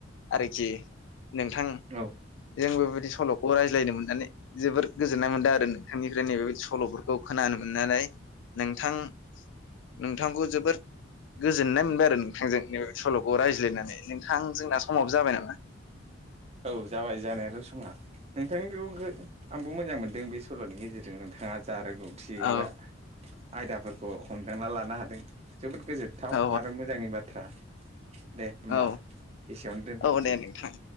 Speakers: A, on the left; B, on the right.
A: आरोखि नोंथां
B: औ
A: जों बेबायदि सल'खौ रायज्लायनो मोननानै जोबोद गोजोननाय मोनदों आरो नोंथांनिफ्राय नैबेबायदि सल'फोरखौ खोनानो मोननानै नोंथां नोंथांखौ जोबोर गोजोननाय मोनबाय आरो नोंथांजों नै बे सल'खौ रायज्लायनानै नोंथां जोंना समाव जाबाय नामा।
B: औ जाबाय जानायाथ' समा। नोंथांनिखौबो आंबो मोजां मोनदों बे सल'नि गेजेरजों नोंथाङा जा रोंगौ थि
A: औ
B: एबा आयदाफोरखौ हमदांना लानो हादों जोबोद गोजोनथाव
A: औ
B: आरो मोजांनि बाथ्रा दे होमबा
A: औ
B: एसेयावनो दोनथ'नोसै।
A: औ दे नोंथां